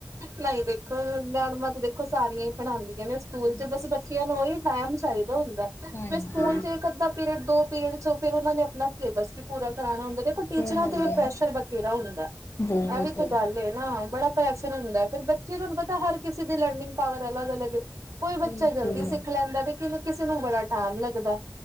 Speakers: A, on the right (about 80°); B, on the left (about 55°).
A: ਨਹੀਂ, ਦੇਖੋ ਮੈਡਮਾਂ ਤੇ ਦੇਖੋ ਸਾਰੀਆਂ ਹੀ ਪੜ੍ਹਾਉਂਦੀਆਂ ਨੇ ਸਕੂਲ
B: ਹਾਂਜੀ
A: ਚ ਬਸ ਬੱਚਿਆਂ ਨੂੰ ਓਹੀ ਟੈਮ ਚਾਈ ਹੁੰਦਾ। ਫਿਰ
B: ਹਾਂਜੀ
A: ਸਕੂਲ ਚ ਇੱਕ ਅੱਧਾ ਪੀਰੀਅਡ ਦੋ ਪੀਰੀਅਡ ਸੋ ਫੇਰ ਉਹਨਾਂ ਨੇ ਆਪਣਾ ਸਿਲੇਬਸ ਵੀ ਪੂਰਾ ਕਰਾਉਣਾ ਹੁੰਦਾ। ਦੇਖੋ
B: ਉਹ
A: ਟੀਚਰਾਂ
B: ਤਾਂ ਹੈ
A: ਤੇ
B: ਹੀ
A: ਵੀ
B: ਆ
A: ਪ੍ਰੈਸ਼ਰ ਬਥੇਰਾ ਹੁੰਦਾ।
B: ਬਹੁਤ
A: ਇਹ ਵੀ ਤੇ ਗੱਲ ਏ ਨਾ ਬੜਾ ਪ੍ਰੈਸ਼ਰ ਹੁੰਦਾ ਹੈ ਫਿਰ ਬੱਚੇ ਤੁਹਾਨੂੰ ਪਤਾ ਹਰ ਕਿਸੇ ਦੀ ਲਰਨਿੰਗ ਪਾਵਰ ਅਲੱਗ ਅਲੱਗ ਏ ਕੋਈ
B: ਬਿਲਕੁਲ
A: ਬੱਚਾ ਜਲਦੀ ਸਿੱਖ ਲੈਂਦਾ ਤੇ ਕਿਨ ਕਿਸੇ ਨੂੰ ਬੜਾ ਟੈਮ ਲੱਗਦਾ ਐ।